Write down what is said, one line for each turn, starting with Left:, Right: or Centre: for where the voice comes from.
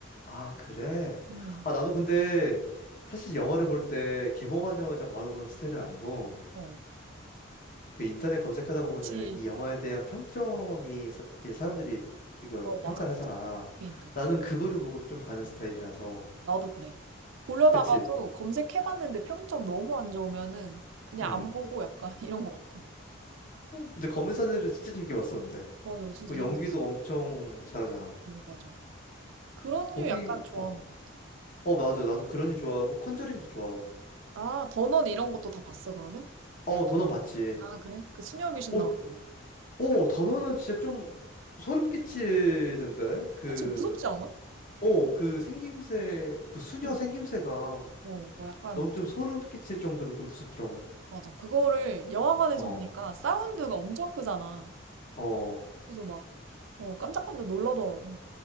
Left: 아, 그래?
Right: 음.
Left: 아, 나도 근데 사실 영화를 볼 때 개봉하자마자 바로 보는 스타일은 아니고
Right: 어.
Left: 그 인터넷 검색하다 보면은
Right: 그치.
Left: 이 영화에 대한 평점이 사, 이제 사람들이 이거
Right: 어,
Left: 평가를
Right: 맞아, 맞아.
Left: 하잖아.
Right: 그러니까.
Left: 나는 그거를 보고 좀 가는 스타일이라서.
Right: 나도 그래. 보려다가도
Left: 그치?
Right: 검색해봤는데 평점 너무 안 좋으면은 그냥
Left: 음.
Right: 안 보고 약간 <laughs> 이런 것 같아.
Left: 근데 검은사제를 진짜 재밌게 봤었는데.
Right: 맞아, 진짜
Left: 그
Right: 재밌었어.
Left: 연기도 엄청 잘하잖아.
Right: 오, 맞아. 그런
Left: 거기
Right: 류 약간 좋아하는
Left: 어.
Right: 것 같아.
Left: 어, 맞아. 나도 그런지 좋아하고 컨저링도 좋아하고.
Right: 아, 더넌 이런 것도 다 봤어, 그러면?
Left: 어, 더넌 봤지.
Right: 아, 그래? 그 수녀 귀신
Left: 어,
Right: 나오는 거.
Left: 어, 더넌은 진짜 좀 소름 끼치던데. 그
Right: 그치, 무섭지 않아?
Left: 어, 그 생김새, 그 수녀
Right: 응.
Left: 생김새가
Right: 어, 뭐 약간
Left: 너무 좀
Right: 좀,
Left: 소름 끼칠 정도로 좀 무섭더라고.
Right: 맞아. 그거를 영화관에서
Left: 어.
Right: 보니까 사운드가 엄청 크잖아.
Left: 어.
Right: 그래서 막, 어, 깜짝깜짝 놀라더라고.